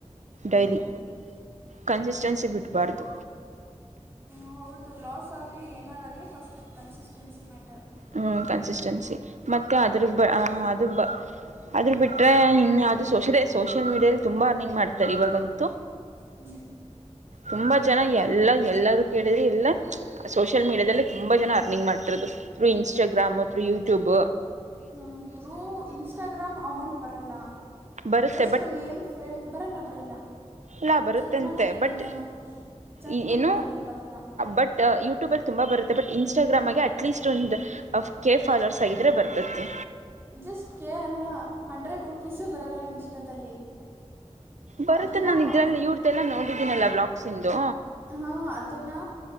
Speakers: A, on the right; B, on the right.
A: ಹ್ಞೂ
B: ಡೈಲಿ. ಕನ್ಸಿಸ್ಟೆನ್ಸಿ
A: ಹಾಗೆ
B: ಬಿಡಬಾರ್ದು.
A: ಹೂ ಹೌದು ಲಾಸ್ ಆಗಲಿ ಏನಾರಾಗಲಿ ಫಸ್ಟ್ ಕನ್ಸಿಸ್ಟೆನ್ಸಿ ಮ್ಯಾಟರ್.
B: ಹೂ ಕನ್ಸಿಸ್ಟೆನ್ಸಿ ಮತ್ತು ಅದ್ರ ಬ ಅದು ಬ ಅದ್ರ ಬಿಟ್ಟರೆ ಹಿನ್ ಯಾವುದು ಸೋಷಲ್ ಸೋಷಿಯಲ್ ಮೀಡಿಯಲ್ಲಿ ತುಂಬ ಅರ್ನಿಂಗ್ ಮಾಡ್ತಾರೆ ಇವಾಗಂತು.
A: ಹ್ಮ್
B: ತುಂಬ ಜನ ಎಲ್ಲ ಎಲ್ಲರೂ ಕೇಳಿದರೆ ಎಲ್ಲ ಸೋಷಿಯಲ್ ಮೀಡ್ಯಾದಲ್ಲಿ ತುಂಬ ಜನ ಅರ್ನಿಂಗ್ ಮಾಡ್ತಿರೋದು. Through Instagram through YouTube.
A: ಹ ಥೂ ಇನ್ಸ್ಟಾಗ್ರಾಮ್ ಅಮೌಂಟ್ ಬರಲ್ಲ.
B: ಬರುತ್ತೆ
A: ಜಸ್ಟ್ ನೇಮ್ ಫ್ರೇಮ್ ಬರಲ್ಲ ಬರಲ್ಲ.
B: ಇಲ್ಲಾ ಬರುತ್ತಂತೆ
A: ಚೆಕ್ ಮಾಡಿದ್ದೀನಿ
B: ಬಟ್
A: ನಾನು ಚೆಕ್
B: ಎ
A: ಮಾಡಿದ್ದೀನಿ
B: ಏನೂ
A: ಬರಲ್ಲ
B: ಬಟ್ ಯೂಟ್ಯೂಬಲ್ಲಿ ತುಂಬಾ ಬರತ್ತೆ ಬಟ್ ಇನ್ಸ್ಟಾಗ್ರಾಮಗೆ ಅಟ್ಲೀಸ್ಟ್ ಒಂದು ಕೆ ಫಾಲೋರ್ಸ್ ಆಗಿದ್ರೆ ಬರ್ತತಿ.
A: ಜಸ್ಟ್ ಕೆ ಅಲ್ಲ ಹಂಡ್ರೆಡ್ ರುಪೀಸೆ ಬರೋಲ್ಲ ಇನ್ಸ್ಟಾದಲ್ಲಿ.
B: ಬರುತ್ತೆ
A: ಅದನ್ನು
B: ನಾನು ಇದ್ರಲ್ಲಿ ಇವ್ರ್ದಲ್ಲ ನೋಡಿದ್ದೀನಲ್ಲ ಬ್ಲಾಕ್ಸ್ಂದು.
A: ಹಾ ಅದನ್ನಾ